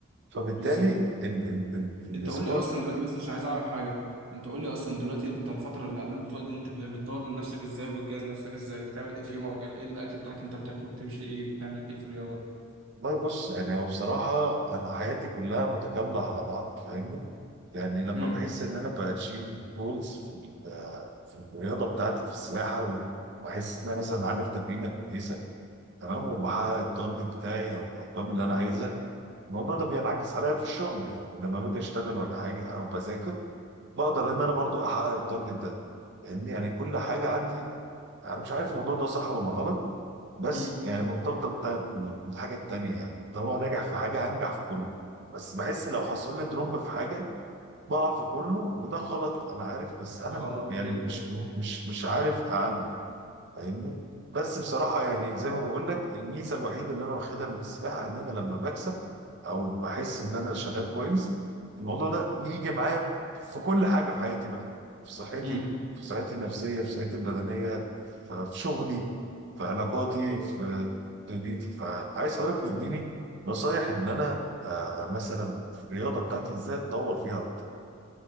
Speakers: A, on the right; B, on the right.
A: فبالتالي
B: بالظبط
A: ال- ال- ال-
B: انت
A: السبورت
B: قول لي اصلا دلوقتي بس عشان عايز اعرف حاجه انت قول لي اصلا دلوقتي الت- الفتره اللي قبل البطوله دي انت بتطور من نفسك ازاي وبتجهز نفسك ازاي بتعمل ايه في يومك ايه الاكل بتاعك اللي انت بتاكله بتمشي ايه بتعمل ايه في الرياضه
A: والله بص يعني هو بصراحة أنا حياتي كلها متكاملة على بعض فاهمني يعني لما
B: امم
A: بحس ان انا باتشيف جولز في ال- في الرياضه بتاعتي في السباحه وبحس ان انا مثلا عامل تمرينه كويسه تمام وبحقق التارجت بتاعي او الارقام اللي انا عايزها الموضوع ده بينعكس عليا في الشغل يعني لما باجي اشتغل ولا حاجه او بذاكر بقدر ان انا برضو احقق التارجت ده لان يعني كل حاجه عندي انا مش عارف الموضوع ده صح ولا غلط بس
B: امم
A: يعني مرتبطه بت- بالحاجه التانيه يعني طالما ناجح في حاجه هنجح في كله بس بحس لو حصل لي دروب في حاجه بقع في كله وده غلط انا عارف بس انا
B: ده غلط
A: يعني
B: جدا
A: مش مش مش عارف اعلم فاهمني بس بصراحه يعني زي ما بقول لك الميزه الوحيده اللي انا واخدها من السباحه ان انا لما بكسب او بحس ان انا شغال كويس الموضوع ده بيجي معايا في كل حاجه في حياتي بقى في صحتي
B: امم
A: في صحتي النفسيه في صحتي البدنيه ف- في شغلي في علاقاتي
B: طيب
A: في دنيتي فعايز حضرتك
B: طيب
A: تديني نصايح ان انا آه مثلا في الرياضه بتاعتي ازاي اتطور فيها اكتر